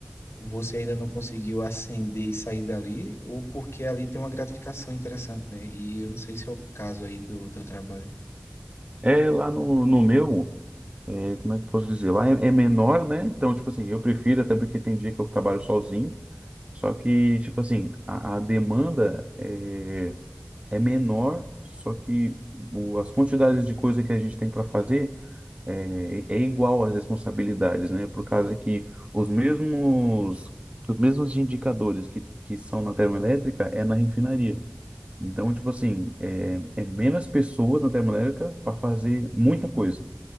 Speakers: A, on the left; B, on the right.
A: você ainda não conseguiu ascender e sair dali, ou porque ali tem uma gratificação interessante, né? E eu não sei se é o caso aí do teu trabalho.
B: É lá no, no meu, é, como é que eu posso dizer? Lá é, é menor, né? Então, tipo assim, eu prefiro, até porque tem dia que eu trabalho sozinho. Só que, tipo assim, a, a demanda é, é menor, só que o- as quantidades de coisa que a gente tem para fazer é, é igual às responsabilidades, né? Por causa que os mesmos, os mesmos indicadores que, que são na termoelétrica é na refinaria. Então, tipo assim, é, é menos pessoas na termoelétrica para fazer muita coisa,